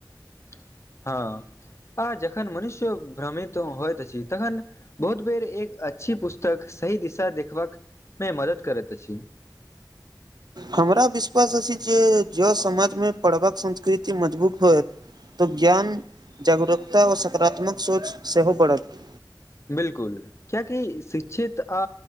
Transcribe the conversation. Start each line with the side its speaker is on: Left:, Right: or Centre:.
Left: । <inaudible> हँ आ जखन मनुष्य भ्रमित होइत अछि तखन बहुत बेर एक अच्छी पुस्तक सही दिशा देखबाक मे मदद करैत अछि
Right: हमरा विश्वास अछि जे जँ समाजमे पढ़बाक संस्कृति मजबूत होयत तऽ ज्ञान जागरूकता आ सकारात्मक सोच सेहो बढ़त
Left: बिलकुल क्याकि शिक्षित आ